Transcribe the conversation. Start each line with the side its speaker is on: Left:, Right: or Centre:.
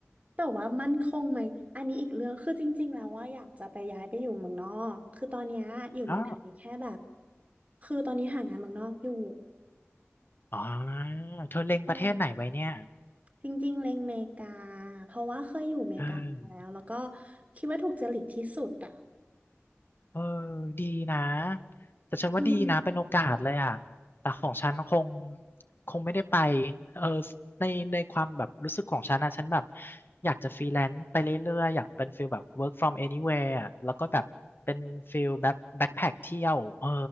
Right: แต่ว่ามั่นคงไหมอันนี้อีกเรื่องคือจริงๆแล้วว่าอยากจะไปย้ายไปอยู่เมืองนอกคือตอนเนี้ยอยู่เมืองไทยแค่แบบ
Left: อ๋อ
Right: คือตอนนี้หางานเมืองนอกอยู่
Left: อ๋อเธอเล็งประเทศไหนไว้เนี่ย
Right: เออจริงๆเล็งเมกาเพราะว่าเคยอยู่เมกามาแล้วแล้วก็
Left: เออ
Right: คิดว่าถูกจริตที่สุดอ่ะ
Left: เออดีนะแต่ฉันว่าดีนะเป็นโอกาสเลยอ่ะแต่ของฉันคง
Right: อืม
Left: คงไม่ได้ไปเออในในความแบบรู้สึกของฉันนะฉันแบบอยากจะฟรีแลนซ์ไปเรื่อยๆอยากเป็นฟิลแบบ work from anywhere อะแล้วก็แบบเป็นฟิลแบบแบ็คแพ็คเที่ยวเออ